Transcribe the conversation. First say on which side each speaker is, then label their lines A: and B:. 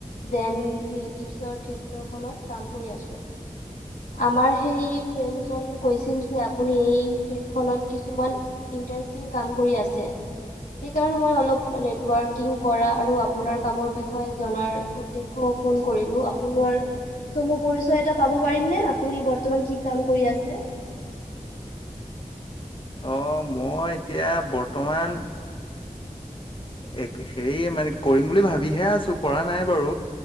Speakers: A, on the left (about 80°); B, on the left (about 40°).
A: ডেন ক্ৰিয়েটিভছৰ ক্ষেত্ৰখনত কাম কৰি আছো। আমাৰ সেই ফ্ৰেনছ- জন কৈছিল যে আপুনি এই ফিল্ডখনত কিছুমান ইণ্টাৰেষ্টিং কাম কৰি আছে। সেই কাৰণে মই অলপ নেটৱৰ্ক কৰা আৰু আপোনাৰ কামৰ বিষয়ে জনাৰ উদেশ- ফোণ কৰিলো আপোনাৰ চমু পৰিচয় এটা পাব পাৰিম নে আপুনি বৰ্তমান কি কাম কৰি আছ- যে
B: অহ মই এতিয়া বৰ্তমান এ হেৰি মানে কৰিম বুলি ভাবিহে আছো কৰা নাই বাৰু।